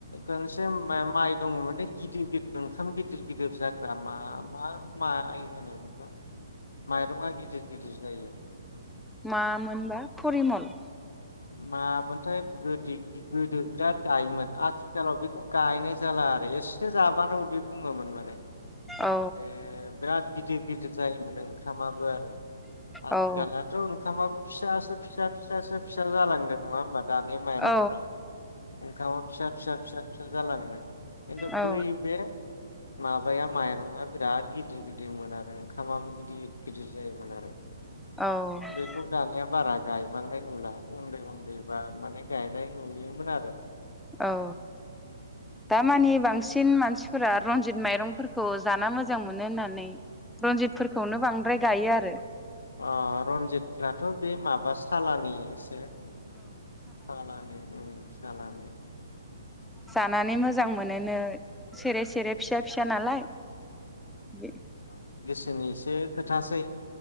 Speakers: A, on the left (about 80°); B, in the centre.
A: गंसे मा-माइ दङ <unintelligible> गिदिर गिदिर ओंखाम गिदिर गिदिर जाग्रा मा मा माइ होनो बेखौ माइरंआ गिदिर गिदिर जायो
B: मा मोनबा परिमल?
A: मामोनथाय गोदि गोदो बिराद गायोमोन आथिखालाव बेखौ गायनाय जाला आरो एसे जाबानो उदै बुङोमोन माने ।
B: औ
A: बे बिराद गिदिर गिदिर जायोमोन ओंखामाबो आरो आथिखालनाथ'
B: औ
A: ओंखामा फिसासो फिसा फिसासो फि फिसा जालांदों नङा होमबा दानि माइरंफ्रा
B: औ
A: ओंखामा फिसा फिसा फिसा फिसा जालाङो । <inaudible> खिन्थु
B: औ
A: बै बे माबाया माइरंआ बिराद गिदिर गिदिरमोन आरो ओंखामाबो गिदिर गिदिर जायोमोन आरो
B: औ
A: बेखौ दानिया बारा गायबांनाय नुला। उन्दै उन्दै बा माने गायनाय नुयोमोन आरो।
B: औ दामानि बांसिन मानसिफोरा रनजित माइरंफोरखौ जाना मोजां मोनो होननानै रनजितफोरखौनो बांद्राय गायो आरो।
A: अ रन्जितफ्राथ' बे माबा सालानि एसे सालानि उम सालानि
B: जानानै मोजां मोनोनो सेरे सेरे फिसा फिसा नालाय बे
A: ओनिस सो खोथासै